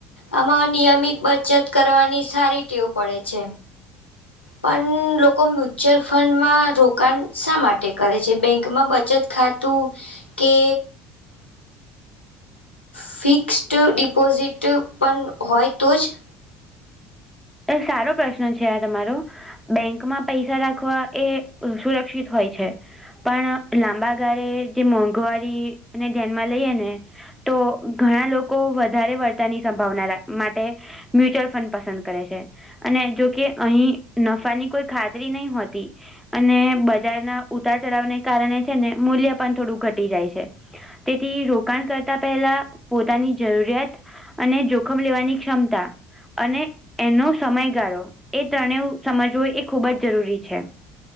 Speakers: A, on the left; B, in the centre.
A: આમાં નિયમિત બચત કરવાની સારી ટેવ પડે છે. પણ લોકો મ્યુચ્યુઅલ ફંડમાં રોકાણ શા માટે કરે છે, બેંકમા બચત ખાતું કે ફિક્સ્ડ ડિપોઝિટ પણ હોય તો જ
B: એક સારો પ્રશ્ન છે આ તમારો બેંકમાં પૈસા રાખવા એ સુરક્ષિત હોય છે. પણ લાંબા ગાળે જે મોંઘવારી ને ધ્યાનમાં લઈએ ને તો ઘણા લોકો વધારે વળતાની સંભાવના માટે મ્યુચ્યુઅલ ફડ પસંદ કરે છે. અને જોકે અહીં નફાની કોઈ ખાતરી નહી હોતી. અને બજારના ઉતાર ચઢાવને કારણે છે ને મૂલ્ય પણ થોડું ઘટી જાય છે. તેથી રોકાણ કરતા પહેલા પોતાની જરૂરિયાત અને જોખમ લેવાની ક્ષમતા અને એનો સમયગાળો એ ત્રણે સમજવું એ ખૂબ જ જરૂરી છે.